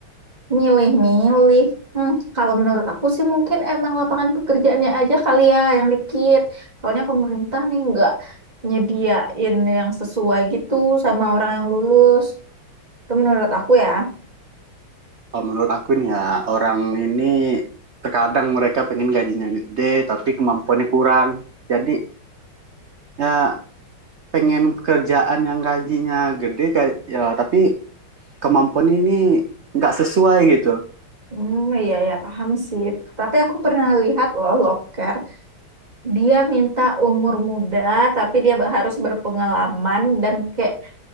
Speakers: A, on the right; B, on the right.
A: Milih-milih. Hmm, kalau menurut aku sih mungkin emang lapangan pekerjaannya aja kali ya yang dikit. Soalnya pemerintah nih nggak nyediain yang sesuai gitu sama orang yang lulus. Itu menurut aku ya.
B: Kalau menurut aku nih ya orang ini terkadang mereka pengen gajinya gede, tapi kemampuannya kurang. Jadi ya pengen pekerjaan yang gajinya gede, ga- ya tapi kemampuannya ini nggak sesuai gitu.
A: Hmm, iya ya paham sih. Tapi aku pernah lihat loh, loker. dia minta umur muda tapi dia ba- harus berpengalaman dan kayak